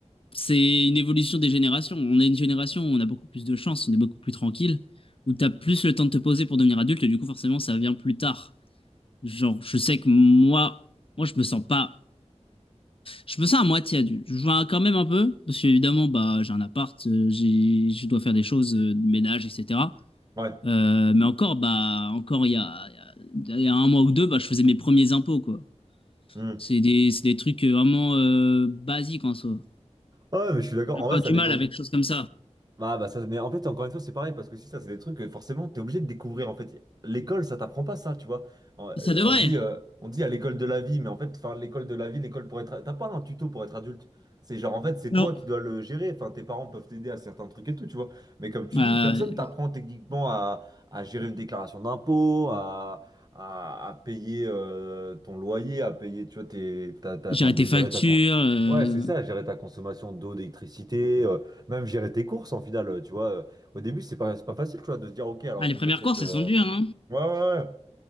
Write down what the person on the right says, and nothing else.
Ouais.
Hmm.
Ouais, mais je suis d'accord.
En vrai, ça
dépend.
Ah bah ça, mais en fait, encore une fois, c'est pareil, parce que si ça, c'est des trucs que forcément, t'es obligé de découvrir, en fait. L'école, ça t'apprend pas ça, tu vois. On euh,
on dit, euh, on dit à l'école de la vie, mais en fait, enfin, l'école de la vie, l'école pour être... T'as pas un tuto pour être adulte. C'est genre, en fait, c'est
toi qui dois le gérer. Enfin, tes parents peuvent t'aider à certains trucs et tout, tu vois. Mais comme tu
dis, personne t'apprend techniquement à, à gérer une déclaration d'impôt, à, à, à payer euh, ton loyer, à payer, tu vois, tes, ta, ta-
enfin, de
gérer
ta... con-
Ouais, c'est ça, gérer ta consommation d'eau, d'électricité. euh, même gérer tes courses en final, tu vois. euh, Au début, c'est pas, c'est pas facile, tu vois, de se dire, ok, alors
il
faut
que j'achète.
euh,
Ouais, ouais, ouais.